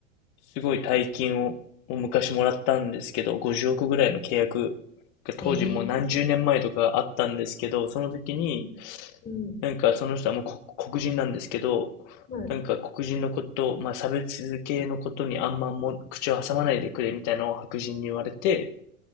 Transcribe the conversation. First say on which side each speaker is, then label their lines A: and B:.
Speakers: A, on the left (about 45°); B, on the left (about 25°).
A: すごい大金を昔もらったんですけど、50億ぐらいの契約が当時もう何十年前とかあったんですけど、
B: い。ええ。
A: その時に、
B: うん。うん
A: なんかその人はもうこ黒人なんですけど、
B: は
A: なんか黒人のこと、まあ差別系のことにあんまも口を挟まないでくれみたいなのを白人に言われて、